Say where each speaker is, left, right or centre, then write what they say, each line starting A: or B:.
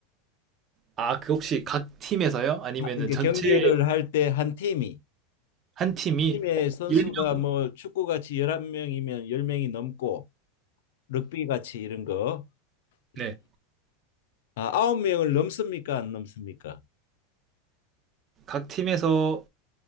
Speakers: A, on the right (about 25°); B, on the left (about 70°).
A: 아, 그 혹시 각 팀에서요? 아니면은
B: 아, 그러니까
A: 전체
B: 경기를 할 때 한 팀이
A: 한 팀이
B: 팀의
A: 1
B: 선수가
A: 명
B: 뭐 축구같이 11명이면 10명이 넘고 럭비같이 이런 거 이-
A: 네.
B: 아, 9명을 넘습니까? 안 넘습니까?
A: 각 팀에서